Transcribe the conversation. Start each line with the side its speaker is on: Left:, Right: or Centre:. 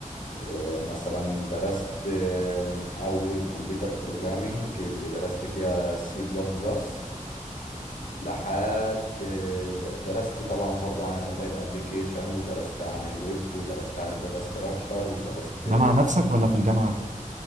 Left: آه، مثلا درست آه، من اول كمبيوتر بروجرامينج اللي درست فيها سي بلس بلس لحد آه، د- درست طبعا برضو عن الموبايل ابليكيشن ودرست عن الويب ودرست عن الداتا ستراكشر ودرست
Right: ده مع نفسك ولا في الجامعة